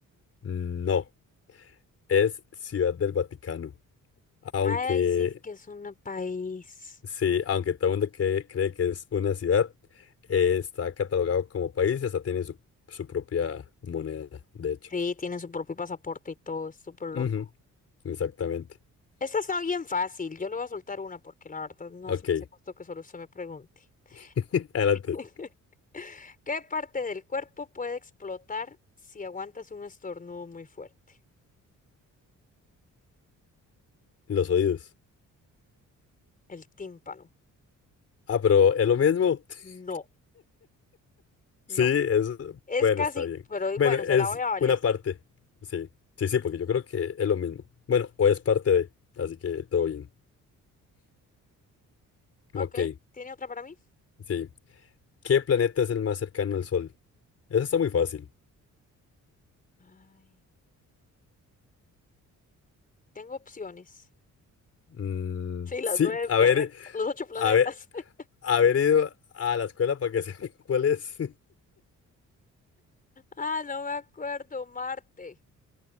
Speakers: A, on the left; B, on the left.
A: No, es Ciudad del Vaticano. Aunque,
B: Ay, sí, que es un país.
A: sí, aunque todo el mundo cree, cree que es una ciudad, eh, está catalogado como país y hasta tiene su, su propia moneda, de hecho.
B: Sí, tiene su propio pasaporte y todo, es súper loco.
A: Ujú, exactamente.
B: Esta está bien fácil, yo le voy a soltar una porque la verdad no
A: Ok,
B: se me hace justo que solo usted me pregunte.
A: <laughs> adelante.
B: <laughs> ¿Qué parte del cuerpo puede explotar si aguantas un estornudo muy fuerte?
A: Los oídos.
B: El tímpano.
A: Ah, pero es lo mismo. <laughs>
B: No,
A: Sí,
B: no.
A: es...
B: Es
A: Bueno,
B: casi,
A: está bien.
B: pero
A: Bueno,
B: bueno,
A: es
B: se la voy a valer.
A: una
B: se-
A: parte. Sí, sí, sí, porque yo creo que es lo mismo. Bueno, o es parte de, así que todo bien. Ok,
B: Ok, ¿tiene otra para mí?
A: sí. ¿Qué planeta es el más cercano al Sol? Eso está muy fácil.
B: Ay. Tengo opciones.
A: Mm,
B: Sí,
A: sí,
B: las nueve
A: a
B: planetas,
A: ver,
B: los ocho planetas.
A: a ver,
B: <laughs>
A: haber ido a la escuela para que sepa <laughs> cuál es.
B: Ah, no me acuerdo, Marte.